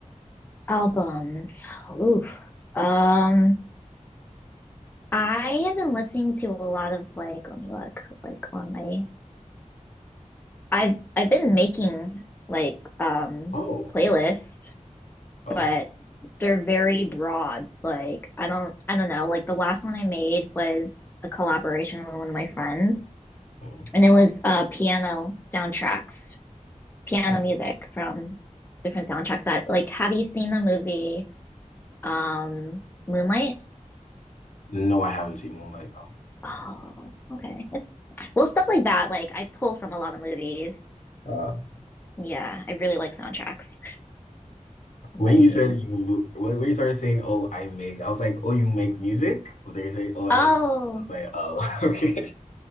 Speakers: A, on the left; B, on the left.
A: Albums. Oof. Um, I have been listening to a lot of like, let me look, like on my, I've I've been making like um
B: Oh,
A: playlists,
B: oh,
A: but they're very broad. Like I don't I don't know. Like the last one I made was a collaboration with one of my friends,
B: mm,
A: and it was uh piano soundtracks, piano
B: oh.
A: music from different soundtracks that like have you seen the movie um Moonlight?
B: No, I haven't seen Moonlight. No.
A: Oh, okay. It's well, stuff like that, like I pull from a lot of movies.
B: Uh,
A: Yeah, I really like soundtracks. But
B: when you
A: yeah.
B: said you, mo- when, when you started saying, "Oh, I make," I was like, "Oh, you make music?" But then you say, "Oh, I
A: Oh,
B: make," I was like, "Oh, <laughs> okay."